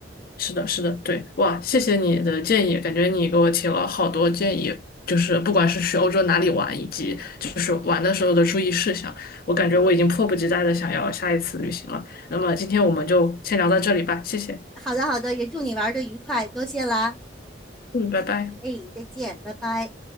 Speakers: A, on the left (about 55°); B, in the centre.
A: 是的，是的，对，哇，谢谢你的建议，感觉你给我提了好多建议，就是不管是去欧洲哪里玩，以及就是玩的时候的注意事项，我感觉我已经迫不及待的想要下一次旅行了。那么今天我们就先聊到这里吧，谢谢，
B: 好的，好的，也祝你玩的愉快，多谢啦，
A: 嗯，拜拜。
B: 哎，再见，拜拜。